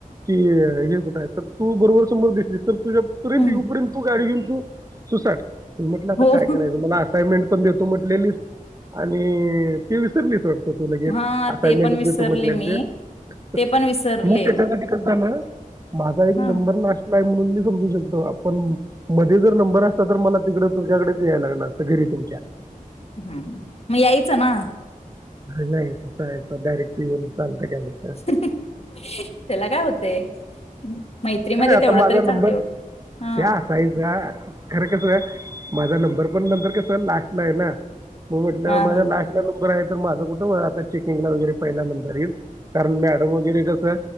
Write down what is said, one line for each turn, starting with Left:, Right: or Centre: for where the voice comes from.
Right: कि हे कुठं आहे, तर तू बरोबर समोर दिसलीस तर तुझ्या तिथपर्यंत
Left: हम्म
Right: येवू पर्यंत तू गाडी घेऊन तु सुसाट. म्हटलं आता
Left: हो
Right: काय करायचं मला असायमेंट पण दे तो म्हटलेलीस आणि ती विसरलीस वाढत. तो तू लगेच
Left: हा
Right: असाइमेंट
Left: ते पण विसरले
Right: देतो म्हटल्याल
Left: मी
Right: ते. <unintelligible>
Left: ते पण विसरले
Right: मी त्याच्यासाठी करतोय ना. माझा एक
Left: हा
Right: नंबर लास्टलाय. म्हणून मी समजू शकतो आपण. मधी जर नंबर असता तर मला, तिकडं तुझ्याकडेच याय लागलं असतं. घरी तुमच्या.
Left: हम्. म यायचं, ना.
Right: काय नाही. कसाय, असं डायरेक्ट येऊन, चालतंय काय मग?
Left: <unintelligible> तेला, काय होतंय? मैत्रीमध्ये,
Right: काय आता
Left: तेवढं
Right: माझा
Left: तरी
Right: नंबर
Left: चालतंय एवढं. हा
Right: त्या असायचा. खरं कसं? माझा नंबर पण नंतर कसं? लास्टलाय ना. हो म्हटलं.
Left: हा
Right: माझा
Left: हा
Right: लास्ट ला नंबर आहे. तर माझा कुठं? आता चेकिंगला वगैरे पहिला नंबर येईल. कारण, मॅडम वगैरे कसं